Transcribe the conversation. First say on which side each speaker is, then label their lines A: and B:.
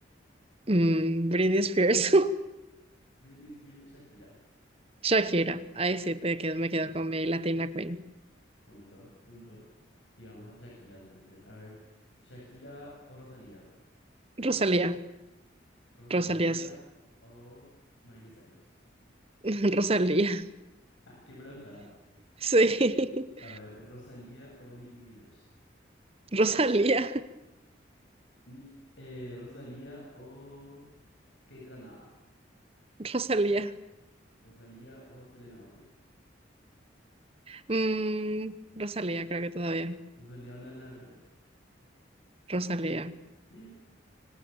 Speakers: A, on the right; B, on the left.
A: Mm, Britney Spears.
B: ¿Britney Spears o Shakira?
A: <laughs> Shakira. Ahí sí te quedo, me
B: Ujú.
A: quedo con mi Latina Queen.
B: Punto, punto. Llegamos a Shakira, entonces. A ver, Shakira o Rosalía.
A: Rosalía,
B: Rosalía
A: Rosalía, sí.
B: o Miley Cyrus. <laughs>
A: <laughs> Rosalía. <laughs>
B: qué pregunta.
A: Sí, <laughs>
B: A ver, Rosalía o Nicki Minaj.
A: Rosalía,
B: Nick- eh, Rosalía o Kate Ranada.
A: Rosalía.
B: Rosalía o Selena Gómez.
A: Mm, Rosalía, creo que todavía.
B: Rosalía o Lana del Rey.
A: Rosalía.
B: <gasps>